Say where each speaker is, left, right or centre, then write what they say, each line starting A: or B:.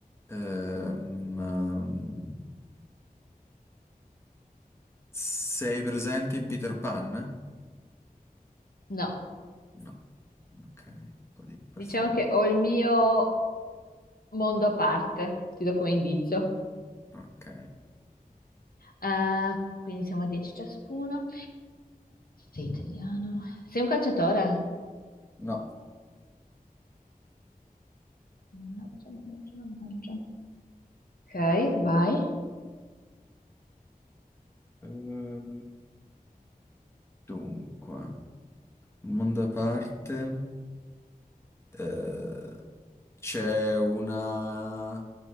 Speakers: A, on the left; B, on the left.
A: Ehm, ehm, sei presente in Peter Pan?
B: No,
A: No. Ok, un po' di personaggi.
B: diciamo che ho il mio mondo a parte, ti do come indizio.
A: Ok,
B: Eh, quindi siamo a 10 ciascuno. Sei italiano? Sei un calciatore?
A: no.
B: Mannaggia, mannaggia, mannaggia. Ok, vai.
A: Ehm, dunque. Mondo a parte, eh, c'è una